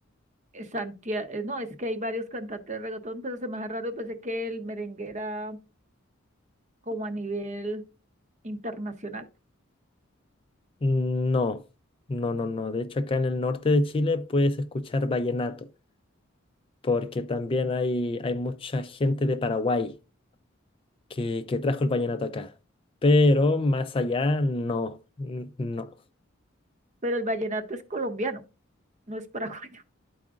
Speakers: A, on the right (about 35°); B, on the left (about 25°).
A: Santiago, no, es que hay varios cantantes de reggaetón, pero se me hace raro, pensé que el merengue era como a nivel internacional,
B: No, no, no, no. De hecho, acá en el norte de Chile puedes escuchar vallenato, porque también hay, hay mucha gente de Paraguay. que, que trajo el vallenato acá. Pero más allá, no, n- no.
A: pero el vallenato es colombiano, no es <laughs> paraguayo.